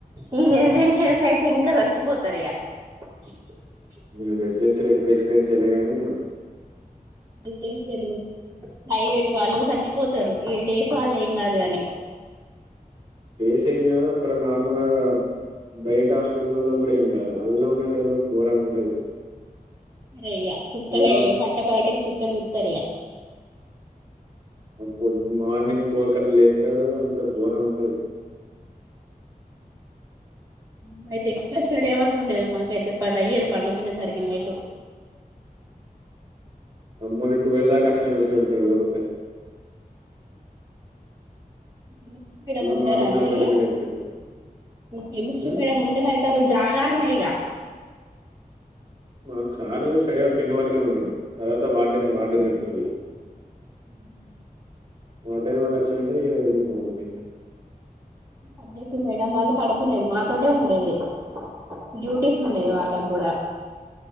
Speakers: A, on the right (about 25°); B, on the right (about 40°).
A: ఈ రెసిడెన్షియల్స్ అయితే ఇంకా చచ్చిపోతారు ఇగ <unintelligible>
B: నేను రెసిడెన్సియల్ ఎప్పుడు ఎక్స్పీరియన్స్ చేయలే కానీ
A: రెసిడెన్షియల్ ప్రైవేట్ వాళ్ళు చచ్చిపోతారు ఏ డేస్ వాళ్ళు ఏం కాదు కాని
B: డేస్ ఎమ్ కాదు అక్కడ నార్మలా బయట హాస్టల్ ఉన్నళ్ళ కూడా ఏం కాదు అల్ల్లో ఉన్నటోల్లు ఘోరంగా ఉంటది
A: అయ్య చుక్కలే
B: నేను
A: ఇగ పట్టపాటిల్ చుక్కలు చుత్తారు ఇగ
B: పొద్ మార్నింగ్ ఫోర్ కట్లా లేపుతాడు అంత ఘోరంగా ఉంటది
A: ఉ మేమైతే ఎక్స్ట్రా స్టడీ అవర్స్ ఉండేది మాకి అయితే పది అయ్యేది పండుకునేసరికి నైట్
B: మమ్మల్ని టువల్ దాకా అట్లే కూర్చోబెడతాడు వర్లితే
A: కెమిస్ట్రీ మేడం
B: మళ్ళా
A: ఉంటారా
B: మార్నింగ్
A: అండి
B: గంటలకే లేపుతాడు.
A: కెమిస్ట్రీ
B: హ్మ్.
A: మేడం ఉంటె ఆరోజు జాగారమే ఈగా
B: మాకు సార్లు స్టడీ అ టెన్ వరకే ఉంటారు తర్వాత వార్డని వార్డెన్ నడుతుంది ఇగా
A: ఉహు
B: వార్డెన్ వాళ్ళు వచ్చింటే వెళ్ళిపోవాలి ఇగ
A: సబ్జెక్ట్ మేడం వాళ్ళు పడుకునేది మాతోటే ఉండేది డ్యూటీస్ ఉండేది
B: హ్మ్.
A: వాళ్ళకి కూడా